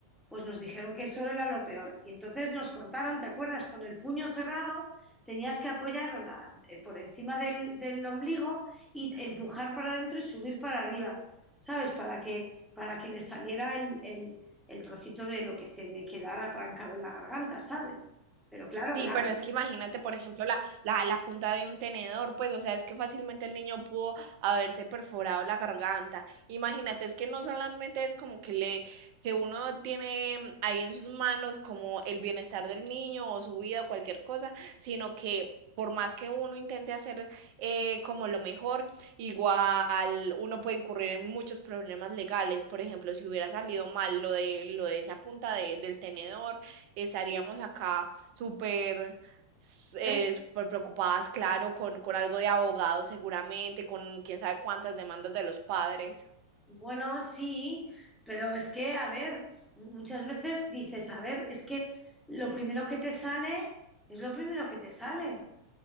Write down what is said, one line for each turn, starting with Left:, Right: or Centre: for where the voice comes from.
Centre: pues nos dijeron que eso era lo peor. Y entonces nos contaron, ¿te acuerdas? Con el puño cerrado tenías que apoyarlo la- eh, por encima del, del ombligo y empujar para adentro y subir para arriba. ¿sabes? Para que, para que le saliera el, el, el trocito de lo que se le quedara trancado en la garganta, ¿sabes? Pero claro,
Right: Sí,
Centre: la
Right: pero
Centre: red,
Right: es que imagínate, por ejemplo, la, la, la punta de un tenedor, pues, o sea, es que fácilmente el niño pudo haberse perforado la garganta. Imagínate, es que no solamente es como que le, que uno tiene ahí en sus manos como el bienestar del niño o su vida o cualquier cosa, sino que por más que uno intente hacer eh, como lo mejor, igual uno puede incurrir en muchos problemas legales. Por ejemplo, si hubiera salido mal lo de, lo de esa punta de- del tenedor, estaríamos acá súper s-
Centre: hombre,
Right: eh, súper preocupadas, claro, con, con algo de abogado seguramente, con quién sabe cuántas demandas de los padres.
Centre: bueno, sí, pero es que, a ver, muchas veces dices, a ver, es que lo primero que te sale es lo primero que te sale.